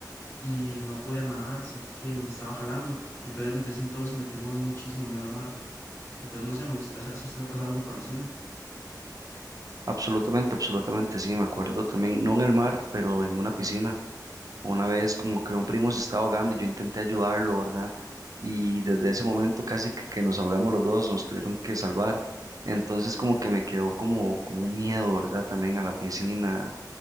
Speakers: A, on the left (about 40°); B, on the right (about 55°).
A: y no podía nadar, sentí que me estaba jalando. Entonces, desde ese entonces le tengo muchísimo miedo al mar. Entonces, no sé, me gustaría saber si a usted le pasó algo parecido.
B: Absolutamente, absolutamente, sí, me acuerdo también, no en el mar, pero en una piscina Una vez como que un primo se estaba ahogando y yo intenté ayudarlo, ¿verdad? Y desde ese momento casi que, que nos ahogamos los dos, nos tuvieron que salvar. Entonces como que me quedó como, como un miedo, ¿verdad? También a la piscina,